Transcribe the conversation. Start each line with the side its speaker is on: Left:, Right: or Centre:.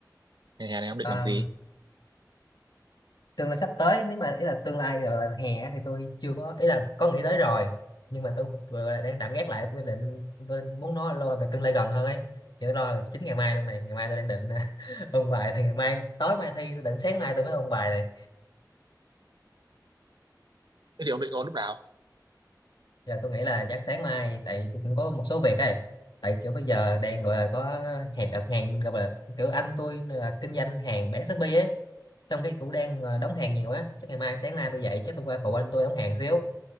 Right: hè hè này ông định
Left: Ờ,
Right: làm gì
Left: tương lai sắp tới nếu mà ý là tương lai là, là hè á thì tôi chưa có ý là có nghĩ tới rồi nhưng mà tôi vừa là đang tạm gác lại tôi định tôi muốn nói lo về tương lai gần hơn ấy thì tôi lo là chính ngày mai luôn này ngày mai tôi đang định <laughs> ôn bài thì ngày mai tối mai thi tôi định sáng mai tôi mới ôn bài này
Right: thế thì ông định ôn lúc nào
Left: giờ tôi nghĩ là chắc sáng mai tại tôi cũng có một số việc ấy tại kiểu bây giờ đang gọi là có hàng đặt hàng gọi là kiểu anh tôi là kinh doanh hàng bán Shopee ấy xong cái cũng đang ờ, đóng hàng nhiều á chắc ngày mai sáng nay tôi dậy chắc tôi qua phụ anh tôi đóng hàng xíu